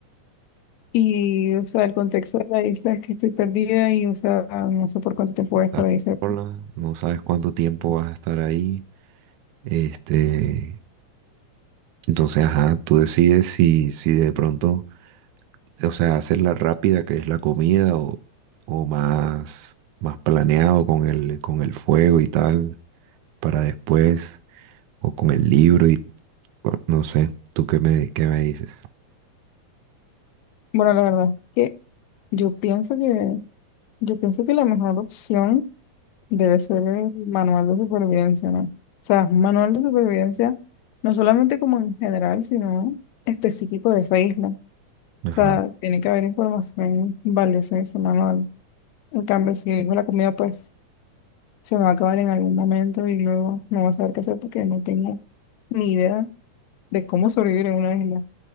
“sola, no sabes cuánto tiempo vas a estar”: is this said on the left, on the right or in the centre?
Right